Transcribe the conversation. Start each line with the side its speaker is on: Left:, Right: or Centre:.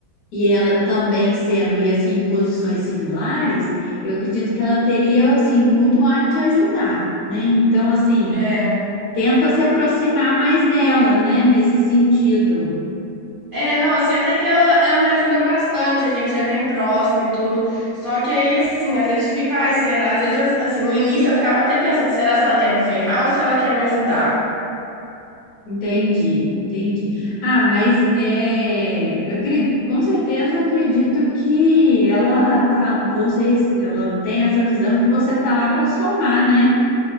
Left: E ela também sendo, e assim, em posições similares, eu acredito que ela teria, assim, muito a te ajudar, né? Então, assim,
Right: É.
Left: tenta se aproximar mais dela, né? Nesse sentido.
Right: É, não, assim, até que ela, ela me ajuda bastante, a gente é bem próximo e tudo. Só que aí, assim, às vezes fica, ai, será? Às vezes eu, assim, no início eu ficava até pensando, será se ela quer me ferrar ou se ela quer me ajudar?
Left: Entendi, entendi. Ah, mas é, eu acre- com certeza acredito que ela tá, vocês, ela tem essa visão que você tá lá para somar, né?